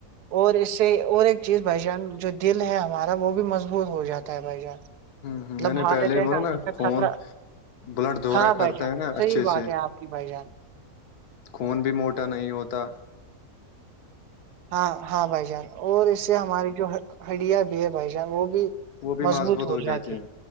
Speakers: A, on the right; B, on the left.
A: اور اسے اور ایک چیز بھائی جان جو دل ہے ہمارا وہ بھی مضبوط ہو جاتا ہے بھائی جان
B: ہ
A: مطلب
B: ہ میں نے
A: ہارٹ
B: پہلے
A: اٹیک
B: ہی بلاو
A: آنے
B: نا
A: کا
B: خون
A: خطرہ
B: بلڈ دہرا
A: ہاں بھائی
B: کرتا
A: جان
B: ہے نا
A: صحیح
B: اچھے
A: بات
B: سے
A: ہے آپ کی بھائی جان
B: خون بھی موٹا نہیں ہوتا
A: ہاں ہاں بھائی جان اور اس سے ہماری جو ہڈیا بھی ہے بھائی جان وہ بھی
B: وہ بھی
A: مضبوط ہو جات
B: جاتی
A: ت
B: ہے